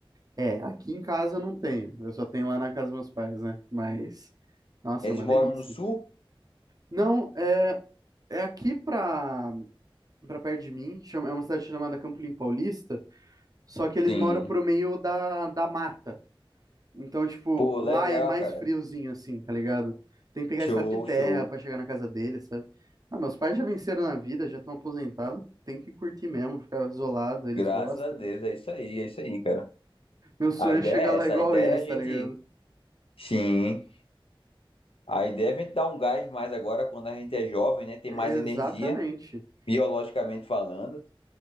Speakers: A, on the right (about 40°); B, on the left (about 80°).
A: É, aqui em casa eu não tenho. Eu só tenho lá na casa dos meus pais, né? Mas, nossa,
B: Eles
A: é uma
B: moram
A: delícia.
B: no sul?
A: Não, é, é aqui pra, pra perto de mim. chama- é uma cidade chamada Campolim Paulista. Só que eles
B: Sim.
A: moram pro meio da, da mata. Então, tipo,
B: Pô,
A: lá
B: legal,
A: é mais
B: cara.
A: friozinho, assim, tá ligado? Tem que pegar
B: Show,
A: estrada de terra
B: show.
A: pra chegar na casa deles, sabe? Ah, meus pais já venceram na vida, já estão aposentados. Tem que curtir mesmo, ficar isolado, eles
B: Graças
A: gostam.
B: a Deus, é isso aí, é isso aí, cara.
A: Meu sonho
B: A ideia
A: é chegar lá
B: é essa,
A: igual
B: a ideia
A: eles,
B: é a gente.
A: tá ligado?
B: Sim. A ideia é a gente dar um gás mais agora quando a gente é jovem, né? Tem
A: Exatamente.
B: mais energia, biologicamente falando.